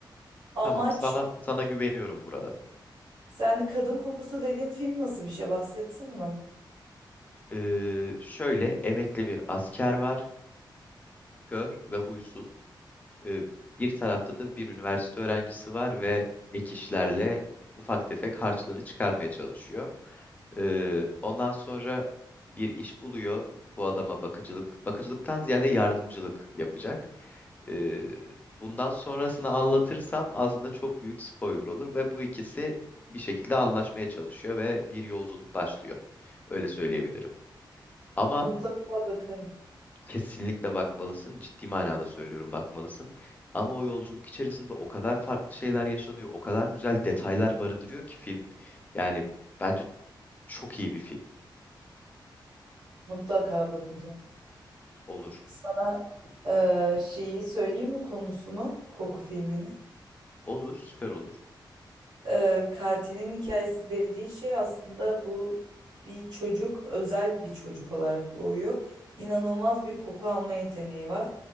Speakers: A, on the right (about 65°); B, on the left (about 20°).
A: Amaç
B: tamam sana sana güveniyorum burada.
A: Sen kadın kokusu dediğin film nasıl bir şey bahsetsene bana.
B: Ee, şöyle emekli bir asker var. Kör ve huysuz. E, bir tarafta da bir üniversite öğrencisi var ve ek işlerle ufak tefek harçlığını çıkarmaya çalışıyor. E, ondan sonra bir iş buluyor. Bu adama bakıcılık, bakıcılıktan ziyade yardımcılık yapacak. E, bundan sonrasını anlatırsam aslında çok büyük spoiler olur ve bu ikisi bir şekilde anlaşmaya çalışıyor ve bir yolculuk başlıyor. Öyle söyleyebilirim. Ama
A: Mutlaka bakarım.
B: Kesinlikle bakmalısın. Ciddi manada söylüyorum bakmalısın. Ama o yolculuk içerisinde o kadar farklı şeyler yaşanıyor, o kadar güzel detaylar barındırıyor ki film. Yani bence çok iyi bir film
A: Mutlaka bakacağım.
B: olur.
A: Sana eee, şeyi söyleyeyim mi konusunu? Koku filmini.
B: Olur, süper olur.
A: e, katilin hikayesi dediği şey aslında bu bir çocuk özel bir çocuk olarak doğuyor. İnanılmaz bir koku alma yeteneği var